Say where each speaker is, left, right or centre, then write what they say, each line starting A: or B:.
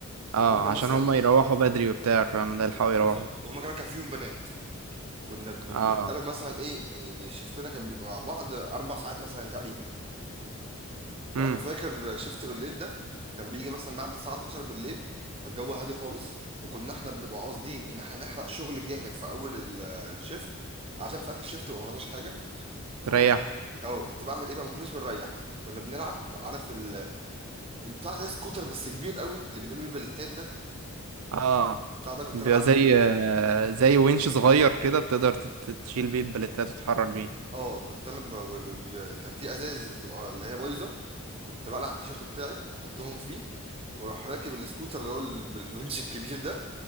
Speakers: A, on the right; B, on the right.
A: اه
B: فكنا
A: عشان
B: مثلا
A: هم
B: ايه
A: يروحوا بدري وبتاع الكلام ده يلحقوا يروحوا
B: بالظبط وهما كمان كان فيهم بنات كنا ب-
A: اه
B: بنتقابل مثلا ايه يعني شفتنا كان بيبقى مع بعض اربع ساعات مثلا تقريبا
A: امم
B: فانا فاكر شفت بالليل ده كان بيجي مثلا بعد الساعه 12 بالليل فالجو هادي خالص وكنا احنا بنبقى قاصدين ان احنا نحرق شغل جامد في اول ال- الشيفت عشان في اخر الشيفت ما وراناش حاجه فكنا
A: تريح
B: اه كنت بعمل ايه بقى ما كناش بنريح كنا بنلعب عارف ال- البتاع زي سكوتر بس كبير قوي اللي بنقوله البليتات ده
A: اه
B: البتاع ده كنت
A: بيبقى
B: انا بعمل
A: زي
B: ايه
A: زي winch صغير كده بتقدر تت- تشيل بيه البلتات وتحرر بيه
B: اه كنت انا ب... ب... ب... كان في ازايز بتبقى اللي هي بايظه كنت بقلع التيشيرت بتاعي واحطهم فيه واروح راكب السكوتر اللي هو ال- بالونش الكبير ده